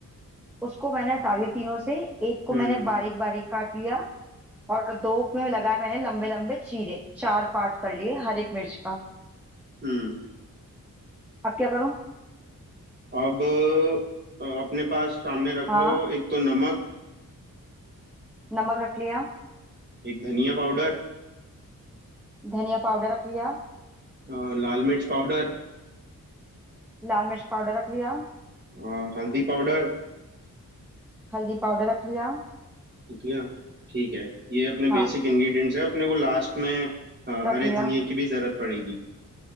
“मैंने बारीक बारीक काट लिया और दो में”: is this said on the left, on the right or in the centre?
Centre